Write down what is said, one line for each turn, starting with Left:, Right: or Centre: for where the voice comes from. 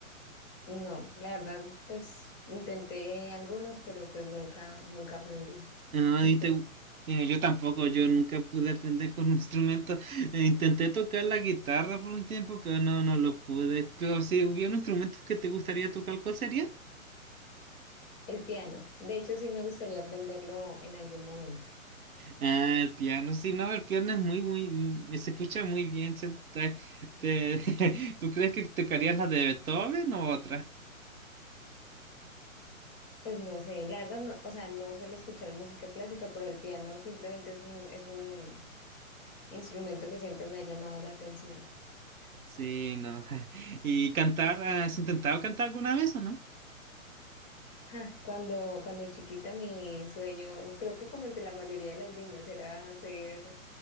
Left: No, la verdad, pues intenté algunos, pero pues nunca, nunca aprendí.
Right: Ah,
Left: ¿Y
Right: y te-
Left: tú?
Right: eh, yo tampoco, yo nunca pude aprender con un <laughs> instrumento. Eh, intenté tocar la guitarra por un tiempo, pero no, no lo pude. Pero si hubiera un instrumento que te gustaría tocar, ¿cuál sería?
Left: El piano. De hecho, sí me gustaría aprenderlo en algún momento.
Right: Ah, el piano. Sí, no, el piano es muy, muy, muy- se escucha muy bien. se- te- te- <laughs> ¿tú crees que tocarías la de Beethoven o otra?
Left: Pues no sé, la verdad, no, o sea, no suelo escuchar música clásica, pero el piano simplemente es un, es un instrumento que siempre me ha llamado la atención.
Right: Sí, no. <laughs> ¿Y cantar? ¿Has intentado cantar alguna vez o no?
Left: Ja, cuando, cuando chiquita mi sueño, creo que como el de la mayoría de las niñas, era ser